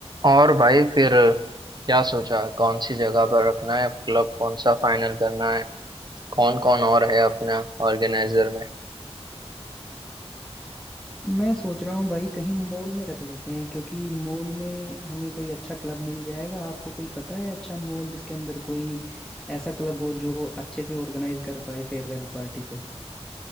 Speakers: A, on the right (about 40°); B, in the centre.
A: और भाई फिर क्या सोचा कौन सी जगह पर रखना है क्लब कौन सा फाइनल करना है कौन कौन और है अपना ऑर्गेनाइजर में
B: मैं सोच रहा हूँ भाई कहीं मॉल में रख लेते हैं क्योंकि मॉल में हमें कोई अच्छा क्लब मिल जाएगा आपको कोई पता है अच्छा मॉल जिसके अंदर कोई ऐसा क्लब हो जो अच्छे से ऑर्गेनाइज कर पाए फेयरवेल पार्टी को